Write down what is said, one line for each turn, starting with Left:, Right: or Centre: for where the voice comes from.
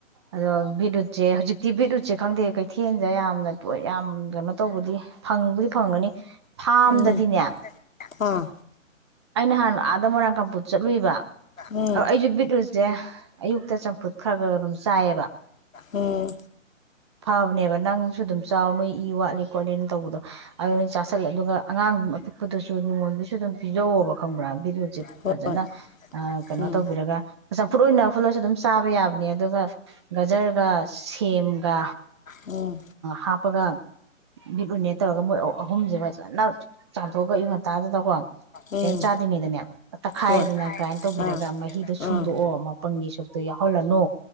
Right: ꯑꯗꯣ ꯕꯤꯠꯎꯨꯠꯁꯦ ꯍꯧꯖꯤꯛꯇꯤ ꯕꯤꯠ ꯎꯨꯠꯁꯦ ꯈꯪꯗꯦ ꯀꯩ ꯀꯊꯦꯟꯁꯦ ꯌꯥꯝꯅꯣꯏ ꯌꯥꯝ ꯀꯩꯅꯣ ꯇꯧꯕꯗꯤ ꯐꯪꯕꯨꯗꯤ ꯐꯪꯒꯅꯤ ꯐꯥꯔꯝꯗꯗꯤꯅꯦ
Left: ꯎꯝ ꯑꯥ
Right: ꯑ ꯅꯍꯥꯟꯅ ꯑꯥꯗ ꯃꯣꯏꯔꯥꯡ ꯀꯥꯡꯄꯨꯠ ꯆꯠꯂꯨꯏꯕ
Left: ꯎꯝ
Right: ꯑꯩꯁꯨꯕꯤ ꯁꯦ ꯑꯌꯨꯛꯇ ꯆꯝꯐꯨꯠ ꯈꯔ ꯈꯔ ꯑꯗꯨꯝ ꯆꯥꯏꯑꯕ
Left: ꯎꯝ
Right: ꯐꯕꯅꯦꯕ ꯅꯪꯁꯨ ꯑꯗꯨꯝ ꯆꯥꯎ ꯅꯣꯏ ꯏ ꯋꯥꯠꯂꯤ ꯈꯣꯠꯂꯤ ꯇꯧꯕꯗꯣ ꯑꯗꯨꯅ ꯆꯥꯥꯁꯜꯂ ꯑꯗꯨꯒ ꯑꯉꯥꯡ ꯑꯄꯤꯛꯄꯗꯨꯁꯨ ꯉꯣꯟꯗꯨꯒꯤꯁꯨ ꯑꯗꯨꯝ ꯄꯤꯖꯧꯋꯣꯕ ꯈꯪꯕ꯭ꯔꯥ ꯕꯤꯔꯨꯁꯦ
Left: ꯍꯣꯏ
Right: ꯐꯖꯅ ꯀꯩꯅꯣ
Left: ꯎꯝ
Right: ꯇꯧꯕꯤꯔꯒ ꯆ ꯐꯨꯠꯏ ꯑꯣꯏꯅ ꯈꯣꯠꯂꯁꯨ ꯑꯗꯨꯝ ꯆꯥꯕ ꯌꯥꯕꯅꯦ ꯑꯗꯨꯒ ꯒꯖꯔꯒ ꯁꯦꯝꯒ
Left: ꯎꯝ
Right: ꯍꯥꯞꯄꯒ ꯕꯤꯠ ꯎꯨꯅꯦ ꯇꯧꯔꯒ ꯃꯣꯏ ꯑꯍꯨꯝꯁꯦ ꯐꯖꯅ ꯆꯥꯝꯊꯣꯛꯑꯒ ꯑꯌꯨ ꯉꯟꯇꯥꯗꯗꯀꯣ
Left: ꯎꯝ
Right: ꯀꯩꯝ ꯆꯥꯗ꯭ꯉꯗꯅꯦ ꯇꯛꯈꯥꯏꯗꯅ
Left: ꯍꯣꯏ
Right: ꯒ꯭ꯔꯥꯏꯟ ꯇꯧꯕꯤꯔꯒ
Left: ꯑꯥ
Right: ꯃꯍꯤꯗꯣ ꯁꯨꯝꯗꯣꯛꯑꯣ
Left: ꯑꯥ
Right: ꯃꯄꯪꯒꯤ ꯁꯨꯞꯇꯣ ꯌꯥꯎ ꯍꯂꯅꯨ